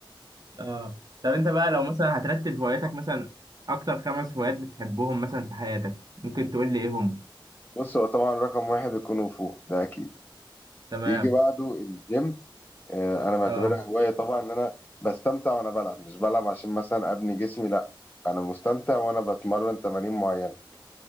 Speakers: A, on the right; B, on the left.
A: اه طب انت بقى لو مثلا هترتب هواياتك مثلا اكتر خمس هوايات بتحبهم مثلا في حياتك ممكن تقول لي ايه هم
B: بص هو طبعا رقم واحد الكونغ فو ده اكيد
A: تمام
B: يجي بعده الجيم آه، انا بعتبرها
A: اه
B: هوايه طبعا ان انا بستمتع وانا بلعب مش بلعب عشان مثلا ابني جسمي لا انا مستمتع وانا بتمرن تمارين معينه